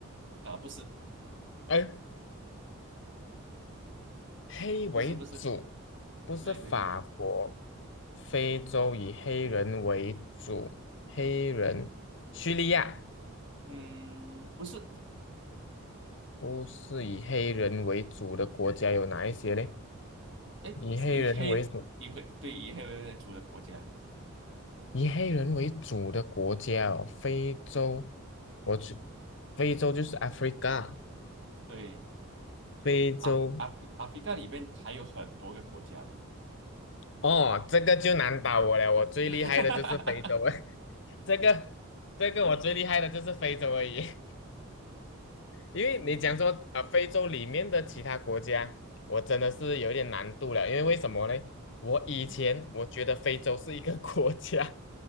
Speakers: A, on the right; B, on the left.
A: 啊，不是
B: 哎，黑为主，
A: 不是不是，
B: 不是法国，
A: 对对对。
B: 非洲以黑人为主，黑人，叙利亚
A: 嗯，不是，
B: 不是以黑人为主的国家有哪一些嘞？
A: 哎，
B: 以黑人为主，
A: 以黑以为对以黑为主的国家，
B: 以黑人为主的国家哦，非洲，我去，非洲就是 Africa，
A: 对
B: 非洲，
A: 阿阿阿非干里面还有很多个国家的，
B: 哦，这个就难倒我了，我最厉害的就是非洲。
A: <laughs>
B: <laughs> 这个这个我最厉害的就是非洲而已，<laughs> 因为你讲说啊呃非洲里面的其他国家，
A: 嗯
B: 我真的是有一点难度了，因为为什么呢？我以前我觉得非洲是一个
A: 嗯哼
B: <laughs> 国家，